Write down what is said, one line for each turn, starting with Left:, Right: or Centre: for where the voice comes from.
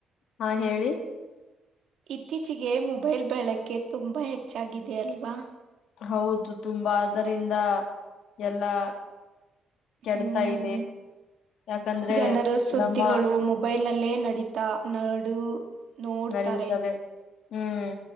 Left: ಹಾ ಹೇಳಿ.
Right: ಇತ್ತೀಚೆಗೆ ಮೊಬೈಲ್ ಬಳಕೆ ತುಂಬಾ ಹೆಚ್ಚಾಗಿದೆ ಅಲ್ವಾ.
Left: ಹೌದು ತುಂಬಾ ಅದರಿಂದ ಎಲ್ಲಾ. ಕೆಡ್ತಾ
Right: ಹ್ಮ್
Left: ಇದೆ ಯಾಕಂದ್ರೆ
Right: ಜನರ ಸುದ್ದಿಗಳು.
Left: ನಮ್ಮ
Right: ಮೊಬೈಲ್ ನಲ್ಲೇ ನಡೀತಾ ನಡು. ನೋಡ್ತಾರೆ
Left: ನಡೆಯುತ್ತವೆ ಹ್ಮ್.